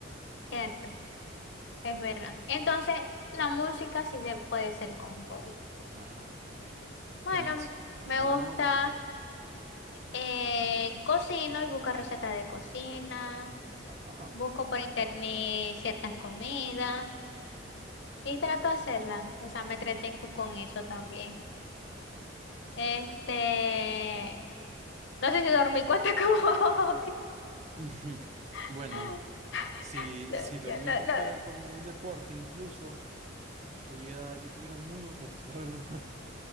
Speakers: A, on the left; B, on the right.
A: ¿cierto? Es verdad. Entonces, la música sí se puede ser con hobby.
B: Ajá, ok.
A: Bueno,
B: ¿Qué más?
A: me
B: ¿Alguna
A: gusta,
B: más otra cosa?
A: eh, cocino y busco recetas de cocina,
B: Ajá.
A: busco por internet ciertas comidas y trato de hacerlas. O sea, me entretengo con eso también. Este, no sé si dormí cuenta como hobby.
B: <laughs> Bueno.
A: <laughs>
B: Si,
A: No,
B: si dormir
A: yo no-
B: contara
A: no.
B: como un deporte, incluso tuviera, yo tuviera un muy buen puesto, <laughs> la verdad.